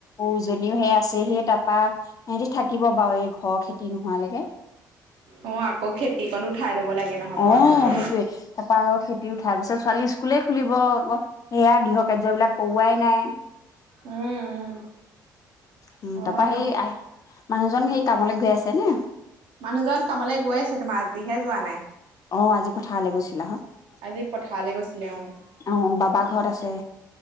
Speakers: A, on the left; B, on the right.
A: অৰু সৰুজনীও সেই আছে সেই তাৰাপা সিহঁতি থাকিব বাৰু এই ঘৰ খেতি নোহোৱালৈকে।
B: অ' আকৌ খেতিকণো উঠাই লব লাগে নহয়
A: অ',
B: বন্ধতে।
A: সেইটোয়ে তাৰপা খেতি উঠাৰ পিছত ছোৱালীৰ স্কুলে খুলিব আকৌ। সেয়া গৃহ কাৰ্যবিলাক কৰোৱাই নাই।
B: উম,
A: উম,
B: হয়
A: তাৰাপা সেই
B: অ',
A: আহ মানুহজন সেই কামলৈ গৈ আছেনে?
B: মানুহজন কামলৈ গৈ আছে, তোমাৰ আজিহে যোৱা নাই।
A: অ' আজি পথাৰলৈ গৈছিলাহঁত।
B: আজি পথাৰলৈ গৈছিলে অ'।
A: অ', বাবা ঘৰত আছে